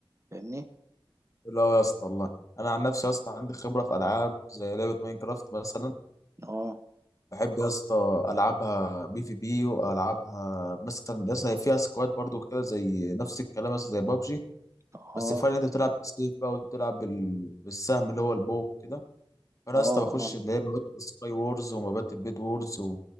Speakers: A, on the right; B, on the left.
A: فاهمني
B: قوي يا اسطى والله انا عن نفسي يا اسطى عندي خبره في العاب زي لعبه ماينكرافت مثلا
A: اه
B: بحب يا اسطى العبها بي في بي والعبها مثلا يا اسطى فيها سكواد برضو كده زي نفس الكلام مثلا زي بابجي
A: اه
B: بس الفرق إن انت بتلعب بالسيف بقى وبتلعب بال... بالسهم اللي هو البو كده فانا
A: اه
B: يا اسطى بخش
A: اه
B: اللي هي مبات السكاي وورز ومبات البيد وورز